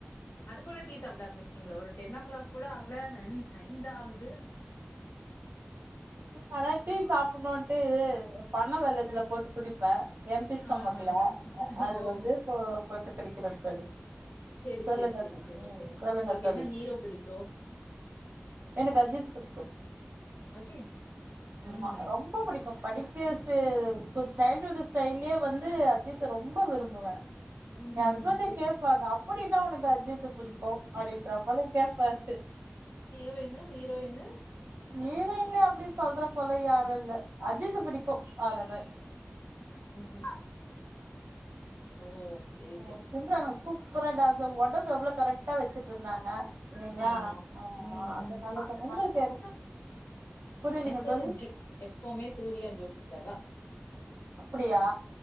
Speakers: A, on the left; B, on the right.
A: குள்ள டீ சாப்ட ஆரம்ப்ச்ட்டிங்களா ஒரு டென் ஓ கிளாக் கூட ஆகல நன் நைன் தா ஆகு து
B: ஆனா டீ சாப்பிட்ணோன்ட்டு பனோ வெல்லத்துல போட்டு குடிப்பே எம்டி ஸ்டோமக்குல
A: ஆஹா
B: அது
A: ஓ
B: வந்து போ போட்டு குடிக்கிறே தோழி
A: செரி
B: சொல்லுங்க
A: செரி செரி செரி
B: ம்
A: செரி
B: சொல்லுங்க
A: உங்களுக்கு
B: தோழி
A: என்ன ஹீரோ பிடிக்கு
B: எனக்கு அஜித் புடிக்கூ
A: அஜித்
B: ஆமா
A: ம்
B: ரொம்போ புடிக் கூ படிக்கற ஸ்டே ஸ் சைல்டுஹுட் ஸ்டைல்லயே வந்து அஜித் ரொம்போ விரும்புவே
A: ம்ஹும்
B: ஏ ஹஸ்பண்டே
A: செரி
B: கேப்பாங்க அப் ப்படி என்ன உனக்கு அஜித்து பிடிக்கு அப்டின்றப்போல கேப்பாரு
A: ஹீரோயின்னு ஹீரோயின்னு
B: ஹீரோயின்ல அப்டி சொல்ற போல யாரு இல்ல அஜித்து புடிக்கு அவ்ளோதா
A: ம் ஓ சேரி
B: ஓ
A: சேரி
B: சிம்ரான் சூப்பரா டான்ஸ ஒடம்ப எவ்ளோ கரெக்ட்டா வச்சி வெச்சிர்ந்தாங்க இல்லைங்ளா
A: ஆமா ம்
B: அதுனாலதா
A: ம் அந்த காலத்துல
B: உங்களுக்கு யாரு புரியலீங்க
A: எனக்கு
B: தோழி
A: ஜ் எப்பவுமே சூரியா ஜோதிகா அதா
B: அப்படியா